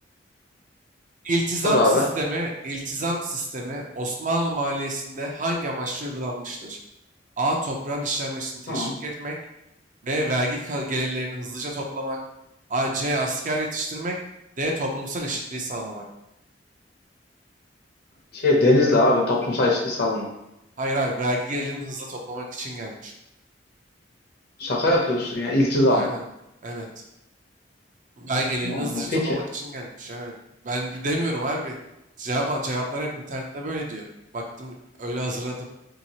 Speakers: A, on the right; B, on the left.
A: İltizam
B: Sor abi.
A: sistemi, iltizam sistemi Osmanlı maliyesinde hangi amaçla uygulanmıştır? A. Toprağın işlenmesini teşvik
B: Tamam.
A: etmek. B. Vergi ka- gelirlerini hızlıca toplamak. A. C. Asker yetiştirmek. D. Toplumsal eşitliği sağlamak.
B: Şey Denizli abi toplumsal eşitlik sağlamak.
A: Hayır abi vergi gelirlerini hızla toplamak için gelmiş.
B: Şaka yapıyorsun ya iltizam.
A: Aynen. Evet. Vergi
B: Allah
A: gelirini hızlıca
B: Allah.
A: toplamak
B: Peki.
A: için gelmiş. Evet. Ben bi- demiyorum abi. Cevap, cevaplar hep internette böyle diyor. Baktım öyle hazırladım.